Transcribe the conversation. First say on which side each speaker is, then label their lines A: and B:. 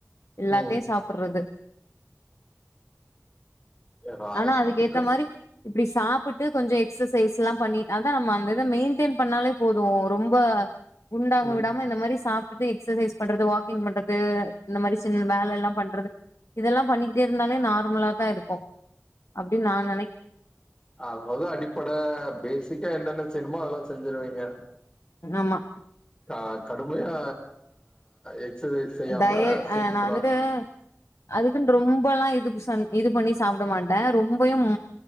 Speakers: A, on the left; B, on the left.
A: எல்லாத்தையு
B: ம்
A: சாப்புறது
B: ராய்
A: ஆனா அதுக்கேத்த
B: அதுக்கு
A: மாரி இப்டி சாப்பிட்டு கொஞ்சோ எக்ஸசைஸ்ல்லா பண்ணி அதா நம்ம அந்த இத மெய்ன்டெயின் பண்ணாலே போது ரொம்ப குண்டாக
B: ம்
A: விடாம இந்த மாரி சாப் ட்டு எக்ஸசைஸ் பண்றது வாக்கிங் பண்றது இந்த மாரி சின் வேலல்லா பண்றது இதெல்லா பண்ணிக்கிட்டே இருந்தாலே நார்மலா தா இருக்கு இது நான்
B: ஆகமொத்தோ அடிப்பட பேஸிக்கா என்னென்ன செய்ணுமோ அதெல்லா செஞ்சுருவீங்க
A: ஆமா
B: க கடுமையா எக்ஸசைஸ் செய்யாம
A: டய
B: சிம்பிளா
A: அ நா வந்துட்டு அதுக்குன்னு ரொம்பல்லா இது குசான் இது பண்ணி சாப்ட மாட்டே ரொம்பயும்